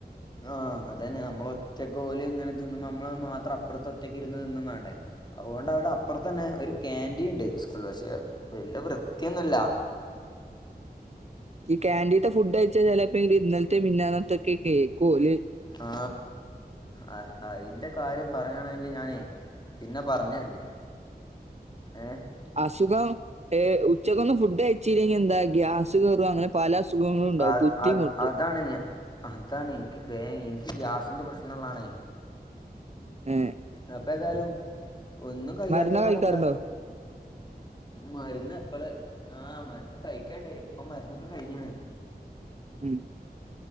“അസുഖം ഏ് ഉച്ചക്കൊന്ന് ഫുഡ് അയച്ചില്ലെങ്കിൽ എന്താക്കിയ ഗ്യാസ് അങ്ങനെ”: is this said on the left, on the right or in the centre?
Right